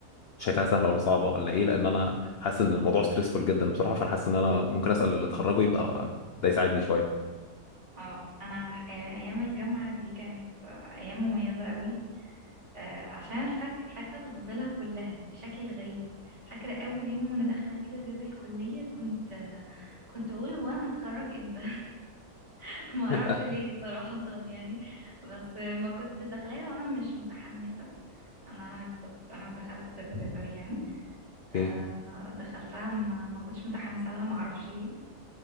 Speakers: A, on the left (about 65°); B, on the right (about 45°).
A: شايفاها سهله ولا صعبه ولا ايه لان انا حاسس ان الموضوع ستريسفول جدا بصراحه فانا حاسس ان انا ممكن اسال اللي اتخرجوا يبقى ده يساعدني شويه
B: اه انا أي- ايام الجامعه دي كانت آه، ايام مميزه قوي آه، عشان أنا فاك... فاكره تفاصيلها كلها بشكل غريب فاكره اول يوم وانا داخله كده باب الكليه كنت آه، كنت بقول هو انا هتخرج امتى <laughs> ما اعرفش
A: <laughs>
B: ليه صراحه يعني بس آه، ما كنت داخلاها وانا مش متحمسه انا كنت انا دخلت طب بيطري يعني آه،
A: اوكي
B: دخلتها ما... ما كنتش متحمسه لها ما اعرفش ليه